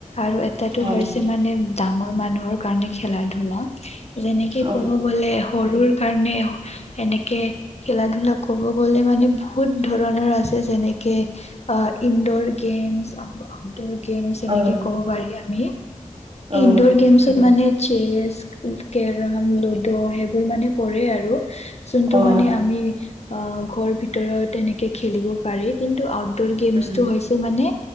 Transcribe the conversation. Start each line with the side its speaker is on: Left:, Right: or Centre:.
Left: আৰু এটাতো
Right: হয়
Left: হৈছে মানে ডাঙৰ মানুহৰ কাৰণে খেলা ধূলা যেনেকে
Right: অ
Left: ক'ব গলে সৰুৰ কাৰণে এনেকে খেলা ধূলা ক'ব গ'লে মানে বহুত ধৰণৰ আছে যেনেকে অ' ইনডৰছ গেমছ আৰু আউটডোৰ গেমছ এনেকে
Right: অ
Left: ক'ব পাৰি আমি।
Right: অ
Left: ইনডৰছ গেমছত মানে চেচ, কেৰম, লুডো সেইবোৰ মানে পৰে আৰু। যোনটো
Right: অ
Left: মানে আমি অ' ঘৰ ভিতৰত এনেকে খেলিব পাৰি। কিন্তু আ <unintelligible> গেমছটো
Right: উম
Left: হৈছে মানে